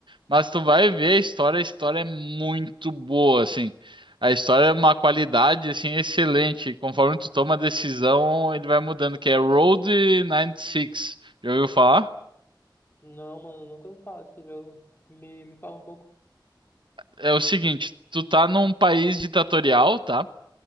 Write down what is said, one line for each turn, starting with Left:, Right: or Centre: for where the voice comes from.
Right: Mas tu vai ver a história, a história é muito boa, assim. A história é uma qualidade, assim, excelente. Conforme tu toma a decisão, ele vai mudando, que é Road 96. Já ouviu falar?
Left: Não, mano, eu nunca me fala desse jogo. Me, me fala um pouco.
Right: É o seguinte, tu tá num país ditatorial, tá?